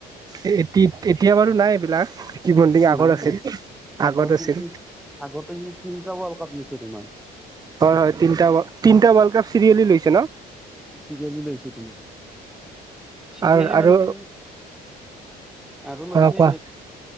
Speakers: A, on the right; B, in the centre.
A: এ এতি এতিয়া বাৰু নাই এইবিলাক ৰিকি পণ্টিং আগত
B: নাই
A: আছিল
B: নাই
A: আগত
B: আগৰ
A: আছিল
B: কিন্তু আগতে সেই ফিফা ৱৰ্ল্ড কাপ তোমাৰ
A: হয় হয় তিনিটা তিনিটা ৱৰ্ল্ড কাপ চিৰিয়েলি লৈছে ন
B: চিৰিয়েলি লৈছে তোমাক চিৰিয়েলি
A: আৰু আৰু
B: মানে তুমি আৰু লৈছে
A: অ কোৱা